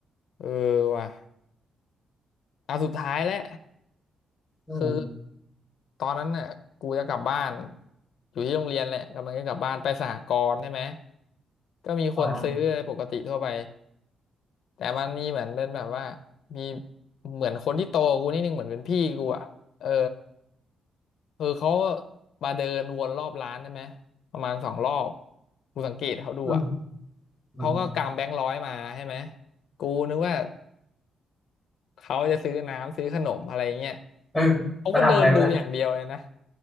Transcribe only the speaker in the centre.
อืม
อ่า
อืมอืม
เอ
อาทำอะไรเพื่อน